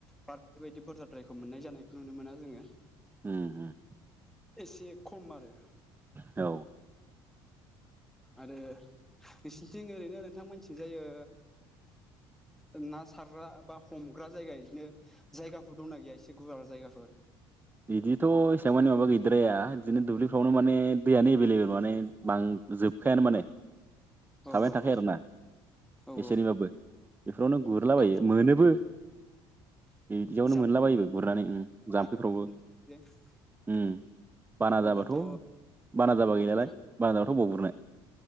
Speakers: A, in the centre; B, on the right (about 15°).
A: बार बेबायदि बुजाद्रायखौ मोननाय जानायखौ नुनो मोना जोङो
B: उम उम।
A: एसे खम आरो।
B: औ।
A: आरो नोंसिनिथिं ओरैनो नोंथांमोननिथिंजाय ओ ओ ना सारग्रा बा हमग्रा जायगा बिदिनो जायगाफोर दंना गैया एसे गुवार जायगाफोर
B: बिदिथ' एसेबां मानि माबा गैद्राया बिदिनो दुब्लिफ्रावनो माने दैयानो एभेलेबल माने बां जोबखायानो माने
A: औ
B: थाबायनो थाखाय
A: औ
B: आरोना
A: औ
B: एसोरनिबाबो बेफोरावनो गुरलाबायो
A: खाथि
B: मोनोबो बिदियावनो
A: जाम्फै
B: मोनलाबायोबो गुरनानै
A: बाना
B: जाम्फैफ्रावबो
A: <unintelligible>
B: ओम बाना
A: अब्लाथ'
B: जाबाथ'
A: औ
B: बाना जाबा गैलालाय
A: औ
B: बाना जाबाथ' बबाव गुरनो।